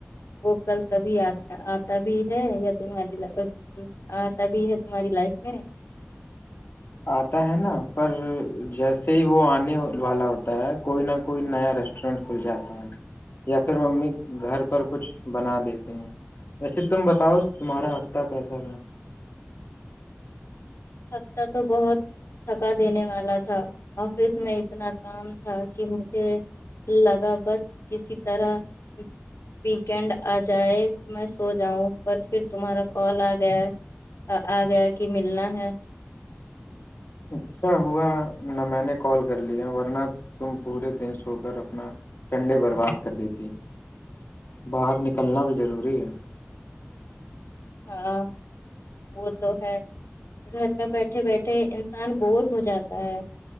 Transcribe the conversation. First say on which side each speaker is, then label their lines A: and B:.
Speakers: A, on the left; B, on the left.
A: وہ کل کبھی آ آتا بھی ہے یا تمہاری ل <inaudible> آ تبھی ہے تمہاری لائف میں
B: آتا ہے نا پر جیسے ہی وہ آنے والا ہوتا ہے کوئی نہ کوئی نیا ریسٹورینٹ کھل جاتا ہے یا پھر ممی گھر پر کچھ بنا دیتے ہیں ویسے تم بتاؤ تمہارا ہفسہ کیسا رہا <unintelligible>
A: ہفتہ تو بہت تھکا دینے والا تھا آفس میں اتنا کام تھا کہ مجھے لگا بس کسی طرح ویکینڈ آ جائے میں سو جاؤں پر پھر تمہارا کال آ گیا آ گیا کہ ملنا ہے
B: اچھا ہوا نہ میں نے کال کر لیا ورنہ تم پورے دن سو کر اپنا ٹنڈے برباد کر دیتی باہر نکلنا بھی ضروری ہے
A: ہاں وہ تو ہے گھر میں بیٹھے بیٹھے انسان بور ہو جاتا ہے